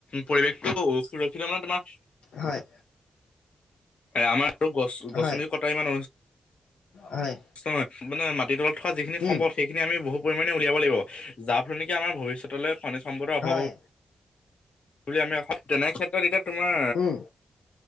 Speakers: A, on the left; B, on the left.
A: পৰিৱেশটো সুৰক্ষিত মানে তোমাৰ
B: হয়!
A: আমাৰতো গছ গছনিৰ
B: হয়,
A: কটা ইমান অনু,
B: হয়
A: নহয় মানে মাটি তলত থকা যিখিনি
B: উম,
A: সম্পদ সেই খিনি আমি বহু পৰিমাণে উলিয়াব লাগিব, যাৰ ফলত আমাৰ ভবিষ্যতলৈ খনিজ সম্পদৰ অভাৱ
B: হয়,
A: বুলি আমি অসম তেনে ক্ষেত্ৰত এতিয়া তোমাৰ
B: উম,